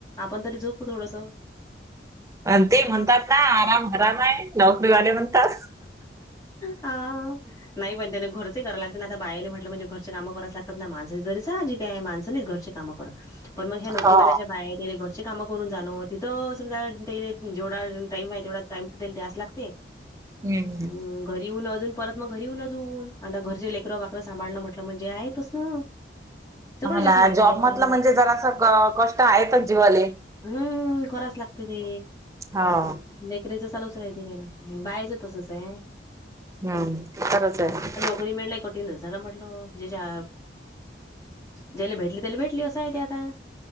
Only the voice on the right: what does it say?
आण ते म्हणतात ना, आराम हराम आहे. नोकरीवाले म्हणतात.
हो.
हम् हम्.
हा ना
जॉब
म्हटंल,
म्हणजे जरासं कष्ट आहेतच जीवाले.
हाव.
हम, खरंच हाय.